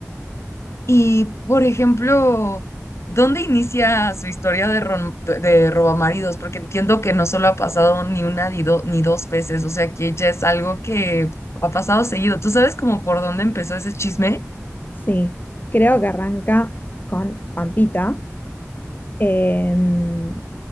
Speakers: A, on the left; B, on the left.
A: Y, por ejemplo, ¿dónde inicia su historia de, rom- de robamaridos? Porque entiendo que no solo ha pasado ni una ni, do- ni dos veces, o sea que ya es algo que ha pasado seguido. ¿Tú sabes como por dónde empezó ese chisme?
B: Sí, creo que arranca con Pampita, eh,